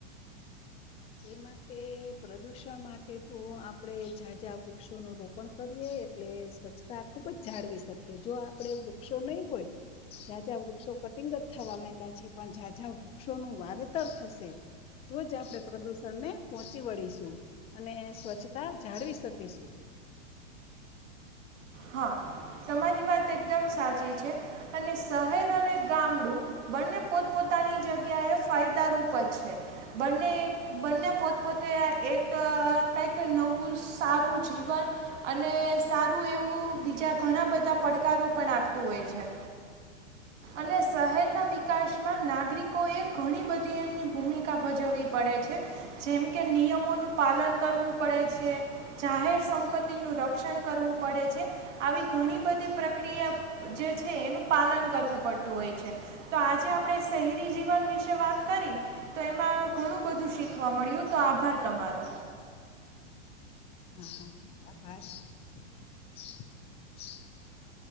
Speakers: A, on the left; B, on the right.
A: હ એ માટે પ્રદુષણ માટે તો આપણેે ઝાઝાં વૃક્ષોનું રોપણ કરીએ એટલે સ્વચ્છતા ખુબ જ જાળવી શકીએ જો આપડણે વૃક્ષો નહી હોય ઝઝાં વૃક્ષો કટિંગત થવા માં્યા છે પણ જાઝઝા વૃક્ષોનું વાવેતર થશે તો જ આપણે પ્રદૂષણને પહોંચી વળીશું અને સ્વચ્છતા જાળવી શકીશું
B: હા તમારી વાત એકદમ સાચી છે અને શહેર અને ગામડું બંને પોતપોતાની જગ્યા એ ફાયદાારૂપ જ છે બંને બંને પોતપોતે એક કં કે નવું સારું જીવન અને સારું એવું બીજા ઘણા બધા પડકારો પણ આપતું હોય છે અને શહેરના વિકાસમાં નાગરિકોએ ઘણી બધી એમની ભૂમિકા ભજવવી પડે છે જેમ કે નિયમોનું પાલન કરવું પડે છે જાહેર સંપત્તિનું રક્ષણ કરવું પડે છે આવી ઘણી બધી પ્રક્રિયા જે છે એનું પાલન કરવું પડતું હોય છે તો આજે આપણે શહેરી જીવન વિશે વાત કરી તો એમાં ઘણું બધું શીખવા મળ્યું તો આભાર તમારો
A: <inaudible>